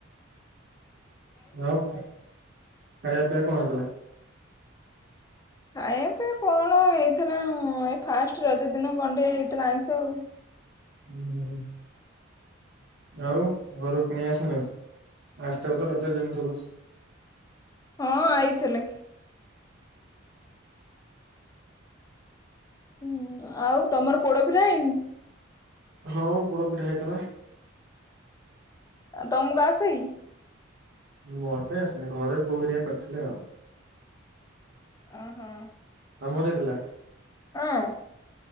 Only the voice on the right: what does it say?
ଆଉ ଖା ଖାଇବା ପିଇବା କଣ ହେଇଥିଲା?
ହୁଁ ହୁଁଁ। ଆଉ ଘରୁକୁ କୁଣିଆ ଆସିନାହାଁନ୍ତି? ଆସଥିବେ ତ ରଜରେ ଯେମତି ହଉ ପଛେ
ହଁ, ପୋଡ ପିଠା ହେଇଥିଲା।
ମତେ ଆସେନେଇ। ଘରେ ବୋଉ ହେରିଆ କରିଥିଲେ ଆଉ।
ତମର ହେଇଥିଲା?